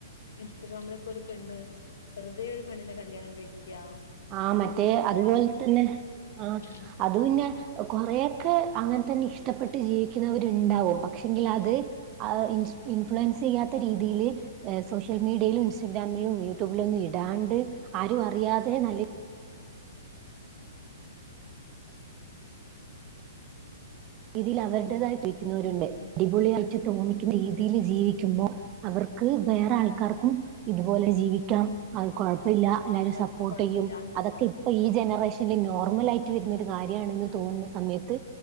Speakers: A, on the left (about 65°); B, on the right (about 20°).
A: ഇൻസ്റ്റഗ്രാമിലൊക്കെ ഒരു പെണ്ണ് വെറുതെ ഒരു പെണ്ണിനെ കല്യാണം കഴിക്യാ
B: ആ മറ്റേ അതുപോലെ തന്നെ ആ
A: ഉം,
B: അത് പിന്നെ കൊറഓക്കെ അങ്ങനെ തന്നെ ഇഷ്ടപ്പെട്ട് ജീവിക്കുന്നവരുണ്ടാവും പക്ഷെ എങ്കിൽ
A: ഉം,
B: അത് അത് ഇൻസ്‌ ഇൻഫ്ലുവൻസ് ചെയ്യാത്ത രീതില് ഏ സോഷ്യൽ മീഡിയലും, ഇൻസ്റ്റാഗ്രാമിലും, യൂട്യൂബിലൊന്നും, ഇടാണ്ട് ആരും അറിയാതെ നല്ലേ രീതിൽ അവരുടേതായി ജീക്കുന്നരുണ്ട്
A: ഉം.
B: അടിപൊളിയായിട്ട് തോന്നിക്കുന്ന രീതിൽ
A: അതാണ്
B: ജീവിക്കുമ്പോ അവർക്ക് വേറെ ആൾക്കാർക്കും ഇതുപോലെ ജീവിക്കാം അത് കുഴപ്പില്ല എല്ലാരും
A: എന്താ
B: സപ്പോർട്ട്
A: കുഴപ്പമില്ലാന്ന്
B: ചെയ്യും
A: തോന്നുന്നു
B: അതൊക്കെ ഇപ്പൊ ഈ ജനറേഷനിൽ നോർമൽ ആയിട്ട് വരുന്ന ഒരു കാര്യണെന്ന് തോന്ന സമയത്ത്